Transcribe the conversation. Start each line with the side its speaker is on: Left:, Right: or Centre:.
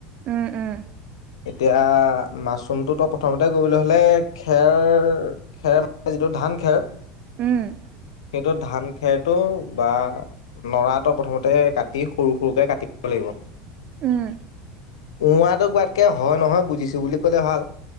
Right: উম উম
Left: এতিয়া মাছৰুমটো তো প্ৰথমতে কৰিবলৈ হলে খেৰ খেৰ মানে যিটো ধান খেৰ
Right: উম
Left: সেইটো ধান খেৰটো বা নৰাটো প্ৰথমতে কাটি সৰু সৰুকে কাটিব লাগিব
Right: উম
Left: উম আঁ টো কোৱাতকে হয় নহয় বুজিছো বুলি কলে ভাল